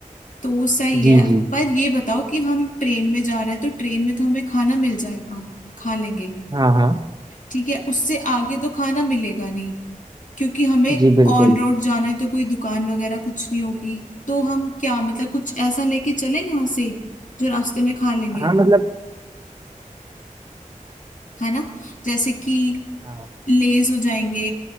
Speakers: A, on the left; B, on the right.
A: तो वो सही
B: जी
A: है
B: जी
A: पर ये बताओ कि हम ट्रेन में जा रहे हैं तो ट्रेन में तो हमें खाना मिल जाएगा खा लेंगे
B: हाँ हाँ
A: ठीक है उससे आगे तो खाना मिलेगा नहीं क्योंकि हमें
B: जी बिल्कुल
A: ऑन रोड जाना है तो कोई दुकान वगैरह कुछ नहीं होगी तो हम क्या मतलब कुछ ऐसा लेके चले यहाँ से जो रास्ते में खा लेंगे
B: हाँ मतलब
A: है ना जैसे कि
B: हाँ
A: लेज हो जाएंगे